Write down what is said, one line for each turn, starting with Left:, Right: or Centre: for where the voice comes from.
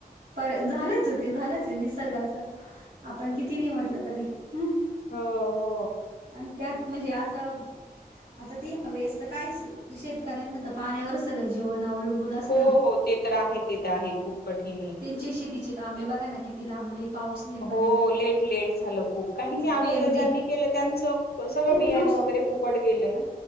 Right: पर झालंच ते झालंच आहे निसर्गाचं आपण किती नाही म्हटलं तरी. हं.
Left: हो हो
Right: आणि त्यात म्हणजे असं आता ती व्यस्त तर काय शेतकऱ्यांना तर पाण्यावरच सगळं जीवन अवलंबून असतं
Left: हो, हो ते तर आहे ते तर आहे खूप कठीण आहे.
Right: त्यांचे शेतीचे काम आहे बघा ना किती लांबले पाऊस नाही पडला
Left: हो
Right: तर
Left: लेट, लेट झालं खूप काहीनी अगोदर
Right: पेरणी
Left: ज्यांनी केलं त्यांचं सगळं
Right: खूप
Left: बियाणं
Right: नुकस
Left: वगैरे फुकट गेलं ना